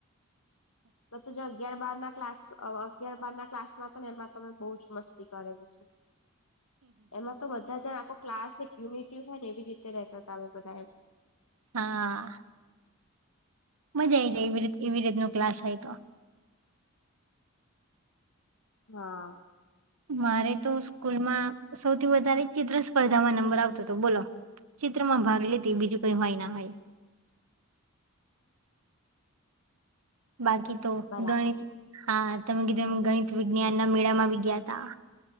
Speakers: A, on the left; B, on the right.
A: મત જે અગિયાર બાર ના ક્લાસ અગિયાર બાર ના ક્સમાં હતા ને એમાં તમે બહુ જ મસ્તી કરેલી <unintelligible> એમાં તો બધા જણ આખો ક્લાસ યુનિટી હોય ને એવી રીતે રતા હતામે બધા એમ
B: હા મજા આ આવી જાય એવી રી એવી રીત ન ક્લાસ હોય તો
A: હા
B: મારે તો સ્કૂલમાં સૌથી વધારે ચિત્ર સ્પર્ધામાં નંબર આવતો હતો બોલો ચિત્રમાં ભાગ લેતી બીજું કઈ હોય ના હોય. બાકી તો
A: બરાબર
B: ગણિત હા તમે કીધું એમ ગણિત વિજ્ઞાન ના મેળા માં આવી ગયા તા